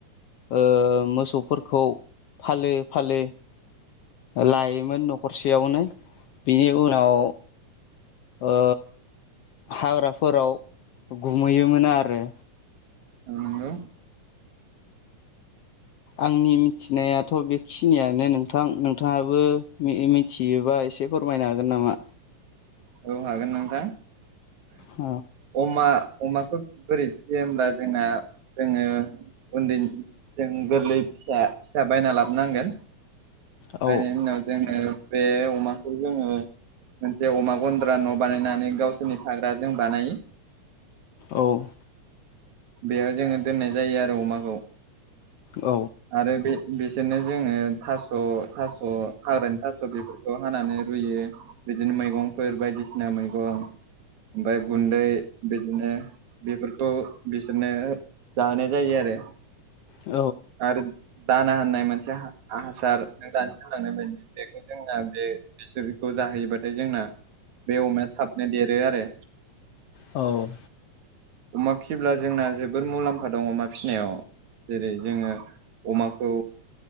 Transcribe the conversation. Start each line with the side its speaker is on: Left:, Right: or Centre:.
Left: ओ मोसौफोरखौ फालो फालो लायोमोन न'खरसेयावनो बिनि उनाव ओ हाग्राफोराव गुमहैयोमोन आरो
Right: औ नंगौ
Left: आंनि मिथिनायाथ' बेखिनियानो नोंथां नोंथाङाबो मिथिहबाय एसे फोरमायनो हागोन नामा
Right: औ हागोन नोंथां
Left: औ
Right: अमा अमाखौ बोरैथि होमब्ला जोंना जोङो उन्दै जों गोरलै फिसा फिसा बायना लाबोनांगोन
Left: औ
Right: बायनायनि उनाव जोङो बे अमाखौ जोङो मोनसे अमा गन्द्रा न' बानायनानै गावसोरनि थाग्रा जों बानायो
Left: औ
Right: बेयाव जोङो दोननाय जायो आरो अमाखौ
Left: औ
Right: आरो बे बिसोरनो जोङो थास' थास' हाग्रानि थास' बेफोरखौ हानानै रुयो बिदिनो मैगंफोर बायदिसिना मैगं ओमफफ्राय गुन्दै बिदिनो बेफोरखौ बिसोरनो जाहोनाय जायो आरो
Left: औ
Right: आरो दाना हा होननाय मोनसे हासार लांनाय बायदि बेखौ जोंना बे बिसोरखौ जाहैयोबाथाय जोंना बे अमाया थाबनो देरो आरो
Left: औ
Right: अमा फिसिब्ला जोंना जोबोर मुलाम्फा दं अमा फिसिनायाव जेरै जोङो अमाखौ